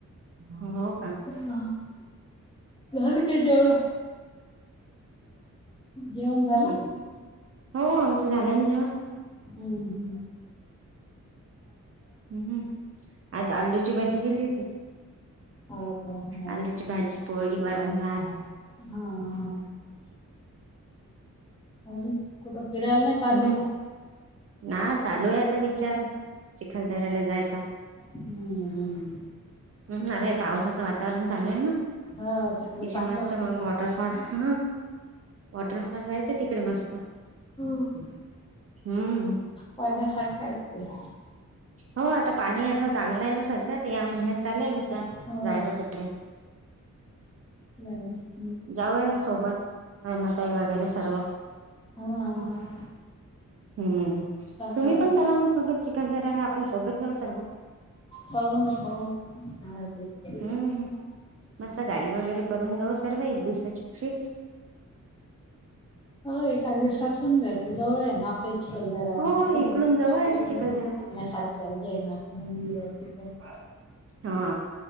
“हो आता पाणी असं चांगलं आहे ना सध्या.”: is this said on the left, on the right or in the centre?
Right